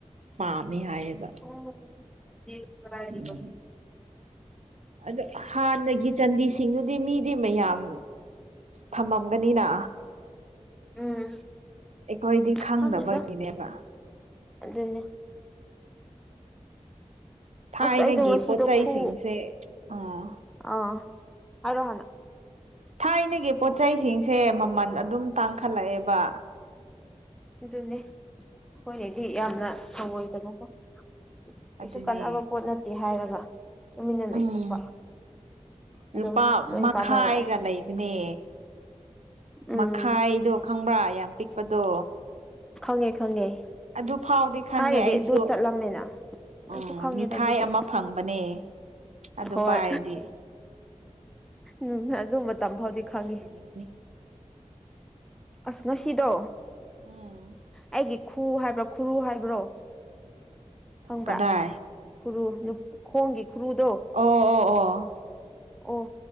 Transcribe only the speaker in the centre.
ꯑꯣ ꯄꯔꯥꯏꯕ
ꯎꯝ
ꯈꯪꯗꯦꯗꯥ ꯑꯗꯨꯅꯤ
ꯑꯁ ꯑꯩꯗꯣ ꯉꯁꯤꯗꯣ
ꯈꯨ
ꯑ ꯍꯥꯏꯔꯣ
ꯑꯗꯨꯅꯦ ꯑꯩꯈꯣꯏꯅꯗꯤ ꯌꯥꯝꯅ ꯊꯑꯣꯏꯗꯅ ꯐ ꯀꯩꯁꯨ
ꯀꯥꯟꯅꯕ ꯄꯣꯠ ꯅꯠꯇꯦ ꯍꯥꯏꯔꯒ ꯇꯨꯃꯤꯟꯅ ꯂꯩꯊꯣꯛꯄ
ꯑꯗꯣ
ꯍꯧꯖꯤꯛꯇꯤ ꯂꯣꯏ
ꯀꯥꯟꯅꯔꯛꯑꯦ
ꯎꯝ
ꯈꯪꯉꯦ ꯈꯪꯉꯦ
ꯊꯥꯏꯅꯗꯤ
ꯑꯗꯨ ꯆꯠꯂꯝꯃꯦꯅ ꯑꯩꯁꯨ
ꯈꯪꯉꯦꯗ
ꯑꯗꯨꯗꯤ
ꯍꯣꯏ
ꯎꯝ ꯑꯗꯨ ꯃꯇꯝ
ꯐꯥꯎꯗꯤ
ꯈꯪꯉꯦ ꯑꯁ ꯉꯁꯤꯗꯣ
ꯑꯩꯒꯤ ꯈꯨ ꯍꯥꯏꯕ꯭ꯔꯥ ꯈꯨꯔꯨ ꯍꯥꯏꯕ꯭ꯔꯣ ꯈꯪꯕ꯭ꯔꯥ
ꯈꯨꯔꯨ ꯈꯣꯡꯒꯤ ꯈꯨꯔꯨꯗꯣ
ꯑꯣ